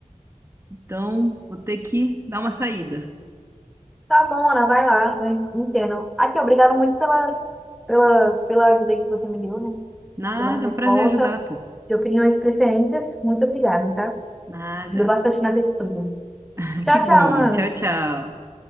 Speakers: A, on the right (about 20°); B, in the centre.
A: então vou ter que dar uma saída.
B: Tá bom, Ana, vai lá, eu en- entendo. Aqui, obrigado muito pelas, pelas, pela ajuda que você me deu, né,
A: Nada,
B: pela resposta,
A: é um prazer ajudar, pô.
B: de opiniões e preferências. Muito obrigada, tá?
A: Nada.
B: Ajuda bastante na pesquisa.
A: <laughs>
B: Tchau,
A: Que bom.
B: tchau, Ana.
A: Tchau, tchau.